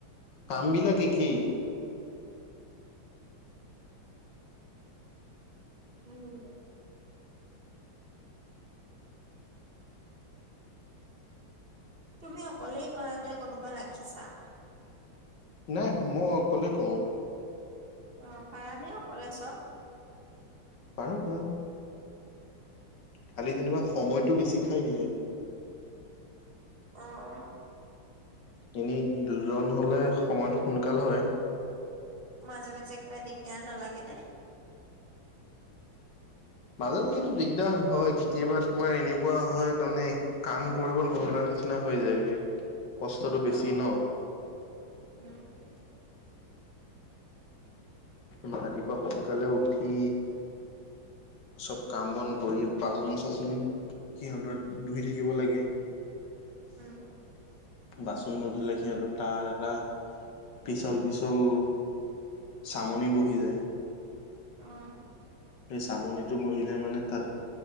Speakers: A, on the left; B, on the right.
A: কাম বিলাক একেই।
B: উম। তুমি অকলেই কৰা নে, কোনোবা ৰাখিছা?
A: নাই মই কলেই কওঁ।
B: অ পাৰানে অকলে চব?
A: পাৰো পাৰো। খালি যেনিবা সময়টো বেছি খাই দিয়ে আৰু।
B: অ'
A: এনেই দুজন হলে সময়টো সোনকাল হয়।
B: মাজে মাজে কিবা দিগদাৰ নালাগে নে?
A: মাজে মাজেতো দিগদাৰ হয়, কেতিয়াবা তোমাৰ এনেকুৱা হয় তাৰমানে কাম কৰিব নোৱাৰা নিচিনা হৈ যায়গে। কষ্টটো বেছি
B: অ
A: ন
B: উম উ <unintelligible>
A: ৰাতিপুৱা সোনকালে উঠি, চব কাম বন কৰি, বাচন-চাচন সিহঁতৰ ধুই থাকিব লাগে। <inaudible>
B: অঁ।
A: বাচন নুধুলে সিহঁতৰ তাৰ এটা, পিচল পিছল চামনি বহি যায়।
B: অ'।
A: সেই চামনিটো বহিলে মানে তাত